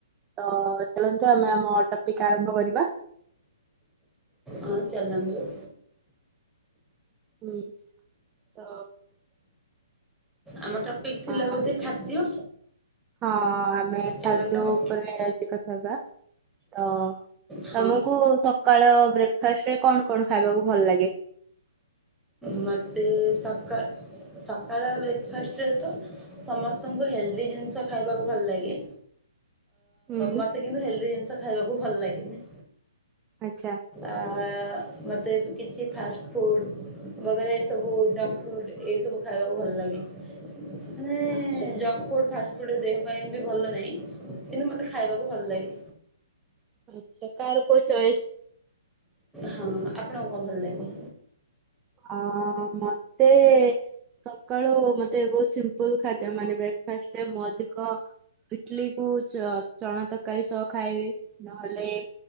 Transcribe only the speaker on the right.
ତ ଚାଲନ୍ତୁ ଆମେ ଆମ ଟପିକ୍ ଆରମ୍ଭ କରିବା।
ହୁଁ ତ
ଅ
ହଁ ଆମେ
ଖାଦ୍ୟ
ଉପରେ ଆଜି କଥା ହେବା ତ ତମକୁ
ସକାଳ ବ୍ରେକଫାଷ୍ଟରେ କଣ କଣ ଖାଇବାକୁ ଭଲ ଲାଗେ?
ହୁଁ
ଆଛା।
ଆଛା
ଆଚ୍ଛା କାର କୋଉ ଚଏସ୍।
ଅ ମତେ ସକାଳୁ ମତେ ବହୁତ ସିମ୍ପଲ ଖାଦ୍ୟ ମାନେ ବ୍ରେକ୍ଫାଷ୍ଟରେ ମୁଁ ଅଧିକ ଇଟଲି କୁ ଚଣା ତରକାରୀ ସହ ଖାଇବେ ନହେଲେ